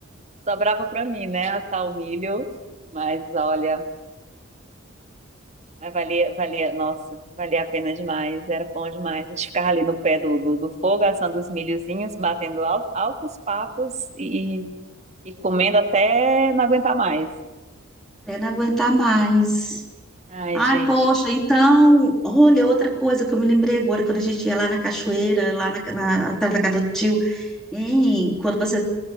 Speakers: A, on the right; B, in the centre.
A: Sobrava pra mim, né, assar o milho. Mas olha, mas valia, valia, nossa, valia a pena demais, era bom demais. A gente ficava ali no pé do, do, do fogo, assando os milhozinhos, batendo al- altos papos e, e comendo até não aguentar mais.
B: Até não aguentar mais.
A: Ai,
B: Ai,
A: gente.
B: poxa, então, olha, outra coisa que eu me lembrei agora, quando a gente ia lá na cachoeira, lá na, na, atrás da casa do tio, hein, quando você